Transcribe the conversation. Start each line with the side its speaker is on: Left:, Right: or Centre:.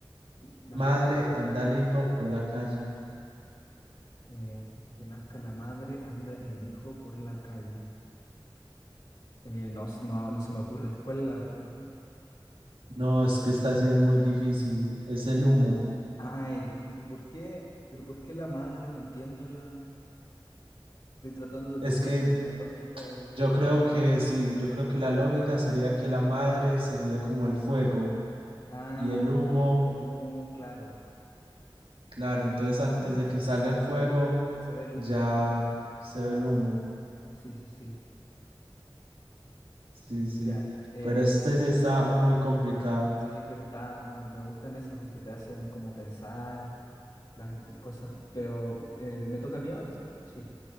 Left: La
Right: madre,
Left: madre.
Right: anda el hijo por la calle.
Left: Eh, antes que nazca la madre, anda el hijo por la calle. Eh, no, s- no, no se me ocurre. ¿Cuál es la respuesta?
Right: No, es que esta sí es muy difícil. Es el humo.
Left: Ah, el hum- ¿Y por qué? ¿Pero por qué la madre? No entiendo la... Estoy tratando de
Right: Es
Left: pensar
Right: que
Left: la lógica del...
Right: yo creo que sí, yo creo que la lógica sería que la madre sería como el fuego
Left: Ah,
Right: y el humo.
Left: el humo, claro.
Right: Claro, entonces antes
Left: <clears throat>
Right: de que salga el fuego
Left: Se ve el humo
Right: ya
Left: primero.
Right: se ve el humo.
Left: Sí, sí, sí.
Right: Sí, sí.
Left: Ya. Eh,
Right: Pero este sí está muy complicado.
Left: sí, pero está... Me, me gustan esas porque te hacen como pensar las cosas. Pero eh, me toca a mí ahora, ¿cierto? Sí.